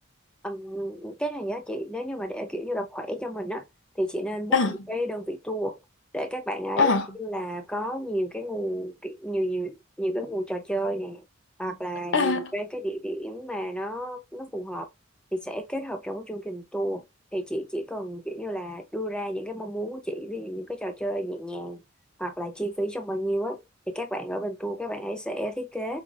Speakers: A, in the centre; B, on the left.
A: Ừm, cái này á chị nếu như mà để kiểu như là khỏe cho mình á thì chị nên book
B: à
A: một cái đơn vị tour để các bạn ấy
B: à
A: kiểu như là có nhiều cái nguồn kiểu- nhiều nhiều nhiều cái nguồn trò chơi nè hoặc là
B: à
A: nhiều cái cái địa điểm mà nó nó phù hợp thì sẽ kết hợp trong cái chương trình tour thì chị chỉ cần kiểu như là đưa ra những cái mong muốn của chị ví dụ những cái trò chơi nhẹ nhàng hoặc là chi phí trong bao nhiêu á thì các bạn ở bên tour các bạn ấy sẽ thiết kế